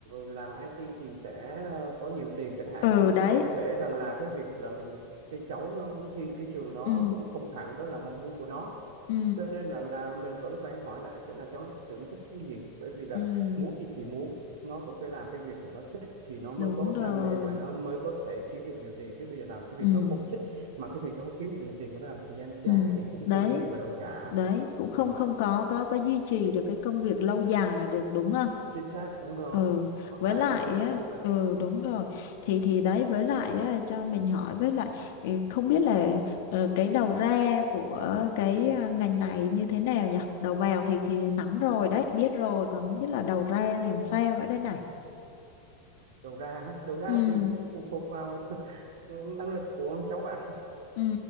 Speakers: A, on the right; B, on the left.
A: làm IT thì sẽ có nhiều tiền chẳng hạn
B: ừ
A: thì
B: đấy
A: có thể rằng là cái việc là mình cái cháu nó muốn thi cái trường đó
B: ừ
A: cũng không hẳn đó là mong muốn của nó
B: ừ
A: cho nên rằng là mình vẫn phải hỏi lại xem là cháu nó thực sự nó thích cái gì bởi vì là
B: ừ
A: muốn gì thì muốn nó vẫn phải làm cái việc mà nó thích thì nó mới
B: đúng
A: có
B: rồi
A: đam mê và nó mới có thể kiếm được nhiều tiền chứ bây giờ làm cái việc
B: ừ
A: nó không thích mà cái việc nó kiếm được nhiều tiền nó làm một thời gian nó chán
B: ừ
A: thì cũng
B: đấy
A: không đi vào đâu cả
B: đấy cũng không
A: đó.
B: không có có có duy trì được cái công việc lâu dài được đúng không
A: chính xác đúng rồi
B: ừ
A: nó
B: với
A: phải
B: lại
A: bắt buộc
B: á
A: phải như vậy
B: ừ đúng rồi thì thì đấy với lại á, cho mình hỏi với lại ừ, không biết là ờ, cái đầu ra của cái à, ngành này như thế nào nhỉ đầu vào thì thì nắm rồi đấy biết rồi còn không biết là đầu ra thì làm sao nữa đây này
A: đầu ra đầu ra
B: ừ
A: thì phụ thuộc vào <laughs> năng lực của cháu bạn
B: ừ